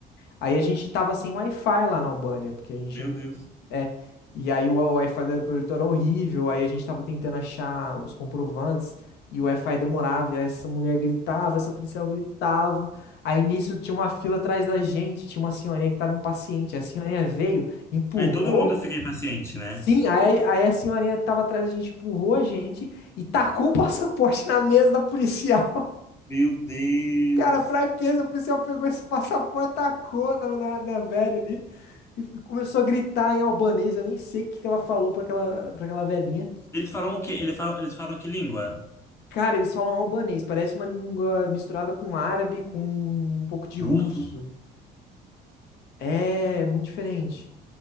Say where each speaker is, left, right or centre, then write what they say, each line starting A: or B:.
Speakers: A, on the left (about 75°); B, on the left (about 15°).
A: Aí a gente tava sem Wi-Fi lá na Albânia, porque a gente
B: Meu
A: não
B: Deus.
A: é. E aí o o Wi-Fi do aeroporto era horrível, aí a gente tava tentando achar os comprovantes e o Wi-Fi demorava, e aí essa mulher gritava, essa policial gritava. Aí nisso tinha uma fila atrás da gente, tinha uma senhorinha que tava impaciente. A senhorinha veio, empurrou
B: Aí todo mundo fica impaciente, né?
A: Sim, aí, aí a senhorinha tava atrás da gente, empurrou a gente e tacou o <laughs> passaporte na mesa da policial.
B: Meu Deus.
A: Cara, pra quê? Essa policial pegou esse passaporte, tacou na, na, na velha ali e f- começou a gritar em albanês. Eu nem sei o que que ela falou pra aquela, pra aquela velhinha.
B: Eles falam o quê? Eles falam, eles falam que língua?
A: Cara, eles falam albanês, parece uma língua misturada com árabe, com um pouco de
B: Russo?
A: russo. É, muito diferente.